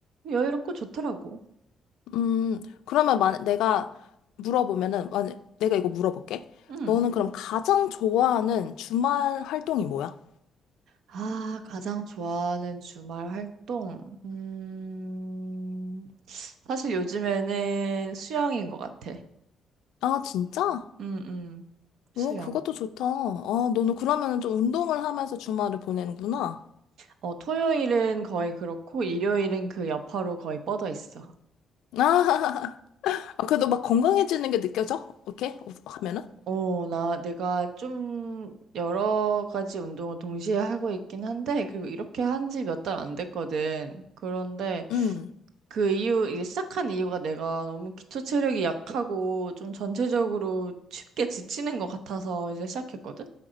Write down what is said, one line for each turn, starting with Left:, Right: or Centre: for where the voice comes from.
Right: 여유롭고 좋더라고.
Left: 음, 그러면 만 내가 물어보면은, 만 내가 이거 물어볼게.
Right: 응.
Left: 너는 그럼 가장 좋아하는 주말 활동이 뭐야?
Right: 아, 가장 좋아하는 주말 활동. 음, 사실 요즘에는 수영인 것 같아.
Left: 아, 진짜?
Right: 음, 음. 수영.
Left: 오, 그것도 좋다. 아, 너는 그러면은 좀 운동을 하면서 주말을 보내는구나.
Right: 어, 토요일은 거의 그렇고, 일요일은 그 여파로 거의 뻗어 있어.
Left: 아, <laughs> 아, 그래도 막 건강해지는 게 느껴져? 오케이? 어, 하면은?
Right: 어, 나, 내가 좀 여러 가지 운동을 동시에 하고 있긴 한데, 그리고 이렇게 한 지 몇 달 안 됐거든. 그런데
Left: 음,
Right: 그 이유, 이제 시작한 이유가 내가 너무 기초 체력이 약하고, 좀 전체적으로 쉽게 지치는 것 같아서 이제 시작했거든?